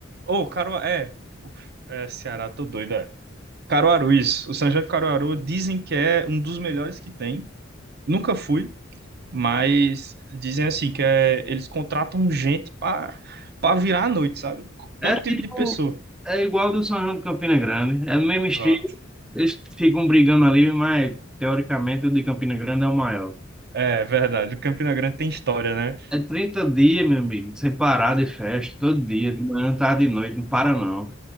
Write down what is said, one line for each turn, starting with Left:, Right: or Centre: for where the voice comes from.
Right: Ô, Caruaru. É. Uf, É, Ceará, tô doido, é. Caruaru, isso. O São João de Caruaru dizem que é um dos melhores que tem. Nunca fui. Mas dizem assim que é, eles contratam gente para para virar à noite, sabe? Todo
Centre: É,
Right: tipo
Centre: tipo-
Right: de pessoa.
Centre: é igual do São João de Campina Grande, é o mesmo estilo.
Right: Pronto.
Centre: Eles ficam brigando ali, mas teoricamente o de Campina Grande é o maior.
Right: É verdade. O Campina Grande tem história, né?
Centre: É 30 dias, meu amigo, sem parar de festa, todo dia, de manhã, tarde e noite, não para não.